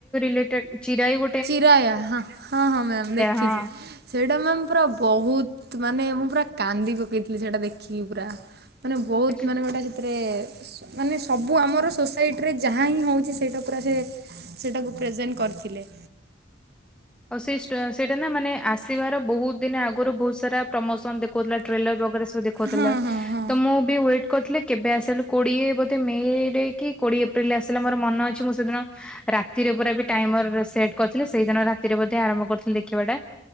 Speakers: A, in the centre; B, on the right (about 50°).
A: ଗେଟ ଚିରାଇବ।
B: ଚିରାୟା ହଁ ହଁ ହଁ ମ୍ୟାାମ ଦେଖିଛି।
A: ହଁ।
B: ସେଇଟା ମାମ୍ ପୁରା ବହୁତ୍ ମାନେ ମୁଁ ପୁରା କାନ୍ଦି ପକେଇଥିଲି ସେଇଟା ଦେଖିକି ପୁରା। ମାନେ ବହୁତ
A: ଆଚ୍ଛା,
B: ମାନେ ଗୋଟେ। ତାପରେ ମାନେ ସବୁ ଆମର ସୋସାଇଟିରେ ଯାହା ହିଁ ହେଉଛି ସେଇଟା ପୁରା ସେ ସେଟାକୁ ପ୍ରେଜେଣ୍ଟ କରିଥିଲେ।
A: ଆଉ ସେ ସେଇଟା ନା ମାନେ ଆସିବାର ବହୁତ୍ ଦିନ ଆଗରୁ ବହୁତ୍ ସାରା ପ୍ରମୋସନ। କହୁଥିଲା ଟ୍ରେଲର ଭାବରେ ସବୁ ଦେଖଉଥିଲା
B: ହଁ ହଁ ହଁ
A: ତ ମୁଁ। ୱଟ୍ କରିଥିଲି କେବେ ଆସ କୋଡ଼ିଏ ବୋଧେ ମେରେ କି କୋଡିଏ ଏପ୍ରିଲ ଆ। ଥିଲା ମୋର ମନ ଅଛି ମୁଁ ସେଦିନ ରାତିରେ ପୁରା ଟାଇମର ସେଟ କରିଥିଲି ସେଇ ଦିନରା ତୀରେ ବୋଧେ ଆରମ୍ଭ କରିଥିଲି ଦେଖିବାଟା